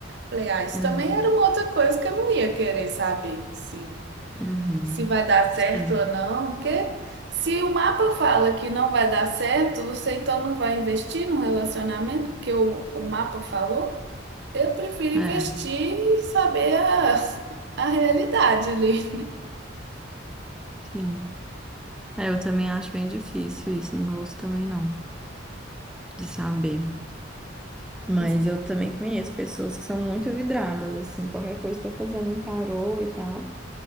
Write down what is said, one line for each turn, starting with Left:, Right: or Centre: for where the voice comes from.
Right: Falei, ah, isso
Centre: Hum,
Right: também era uma outra coisa que eu não ia querer saber, sim.
Centre: uhum.
Right: Se vai dar certo
Centre: Sim,
Right: ou não, porque se o mapa fala que não vai dar certo, você então não vai investir num relacionamento, porque o, o mapa falou? Eu prefiro
Centre: é,
Right: investir e saber a, a realidade ali.
Centre: sim. É, eu também acho bem difícil isso, não gosto também não, de saber. Mas
Right: Mas,
Centre: eu também conheço pessoas que são muito vidradas, assim, qualquer coisa tá fazendo um tarô e tal.